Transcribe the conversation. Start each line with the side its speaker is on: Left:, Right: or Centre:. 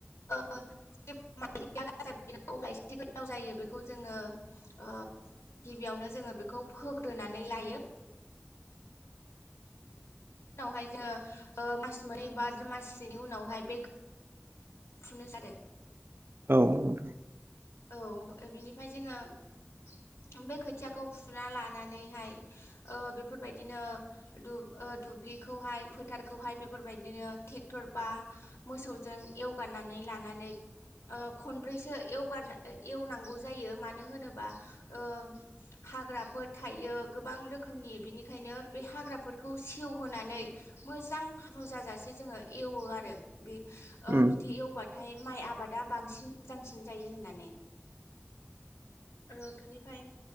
Left: ओ <unintelligible> बेखौ जोङो ओब गिबियावनो जोङो बेखौ फोग्रोनानै लायो।
Right: <inaudible>
Left: उनावहाय जोङो ओ मास मोननै बा माससोनि उनावहाय बेख फुनो जादो
Right: औ औ।
Left: औ बिनिफ्राय जोङो बे खोथियाखौ फुना लानानैहाय ओ बेफोरबायदिनो दु ओ दुब्लिखौहाय फोथारखौहाय बेफोरबायदिनो ट्रेक्टर बा मोसौजों एवगारनानै नै लानानै ओ खनब्रैसो एवगारना एवनांगौ जायो मानो होनोबा ओ हाग्राफोर थायो गोबां रो रोखोमनि बिनिखायनो बे हाग्राफोरखौ सेवहोनानै मोजां रुजाजासे जोङो ए एवो आरो बे ओ
Right: उम
Left: बिदि एवबाथाय माइ आबादा बांसिन मोजांसिन जायो होननानै।
Right: <inaudible>
Left: ओ बिनिफ्राय